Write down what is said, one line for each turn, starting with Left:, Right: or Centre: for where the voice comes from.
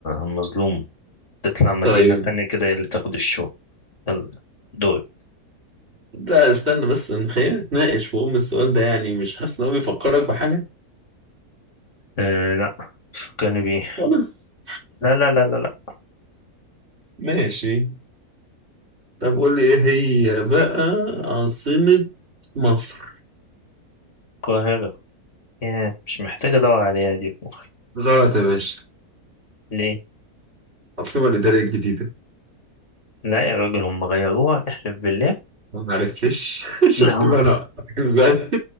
Left: مظلوم تطلع مدينة
Right: طيب
Left: تانية كده هي اللي تاخد الشو يلا دول
Right: لا استنى بس خلينا نتناقش في أم السؤال ده يعني مش حاسس إن هو بيفكرك بحاجة
Left: أه لا فكرني بيه
Right: خالص
Left: لا لا لا لا لا
Right: ماشي طب قول لي إيه هي بقى عاصمة مصر
Left: القاهرة ياه مش محتاج ادور عليها دي في مخي
Right: غلط يا باشا
Left: ليه
Right: العاصمة الإدارية الجديدة
Left: لا يا راجل هم غيروها احلف بالله
Right: ما عرفتش <laughs>
Left: <laughs> لا
Right: شفت بقى أنا وقعتك إزاي